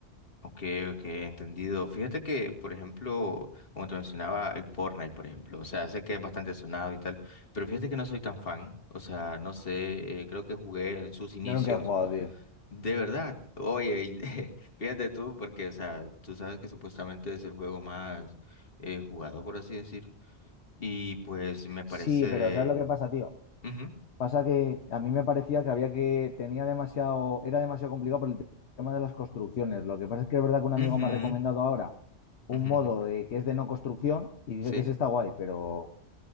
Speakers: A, on the left; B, on the left.
A: Ok, ok, entendido. Fíjate que, por ejemplo, como te mencionaba, el Fortnite, por ejemplo, o sea, sé que es bastante sonado y tal, pero fíjate que no soy tan fan, o sea, no sé, eh, creo que jugué en sus inicios.
B: Yo nunca he jugado, tío.
A: De verdad, oye, y <laughs> fíjate tú, porque, o sea, tú sabes que supuestamente es el juego más eh, jugado, por así decir, y pues me parece...
B: Sí, pero ¿sabes lo que pasa, tío?
A: Ujú,
B: Pasa que a mí me parecía que había que, tenía demasiado, era demasiado complicado por el tema de las construcciones. Lo que pasa es que es verdad que un amigo
A: ujú,
B: me ha recomendado ahora un
A: ujú,
B: modo
A: ujú,
B: de, que es de no construcción y dice
A: ¿Sí?
B: que ese está guay, pero